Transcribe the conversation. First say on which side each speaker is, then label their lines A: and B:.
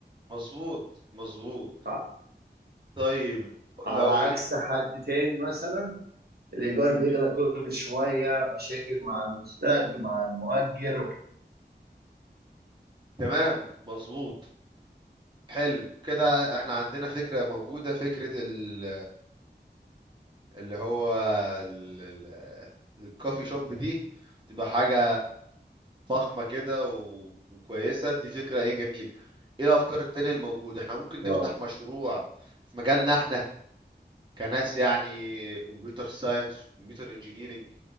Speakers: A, on the right; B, on the right.
A: مظبوط مظبوط
B: ع-
A: طيب
B: على
A: لو
B: عكس حد تاني مثلا الايجار بيغلى كل شويه مشاكل مع المستاجر مع المؤجر
A: تمام مظبوط حلو كده احنا عندنا فكرة موجودة فكرة ال اللي هو ال- ال- الكوفي شوب دي تبقى حاجة فخمة كده و- وكويسة دي فكرة ايه جميل ايه الافكار التانية الموجودة احنا ممكن نفتح
B: اه
A: مشروع في مجالنا احنا كناس يعني كمبيوتر ساينس كمبيوتر انجينيرينج